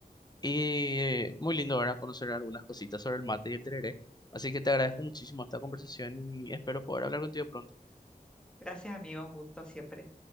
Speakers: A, on the left (about 25°); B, in the centre.
A: Y eh, muy lindo, ¿verdad? Conocer algunas cositas sobre el mate y el tereré. Así que te agradezco muchísimo esta conversación y espero poder hablar contigo pronto.
B: Gracias, amigo, un gusto siempre.